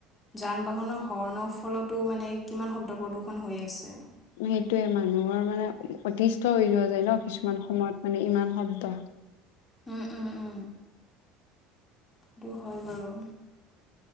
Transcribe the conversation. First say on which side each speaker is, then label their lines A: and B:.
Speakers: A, on the left; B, on the left.
A: যান বাহনৰ হৰ্ণৰ ফলতো মানে কিমান শব্দ প্ৰদূষণ হৈ আছে
B: সেইটোয়ে মানুহৰ মানে অতিষ্ঠ হৈ যোৱা যায় ন, কিছুমান সময়ত মানে ইমান একদম
A: উম উম উ সেইটো হয় বাৰু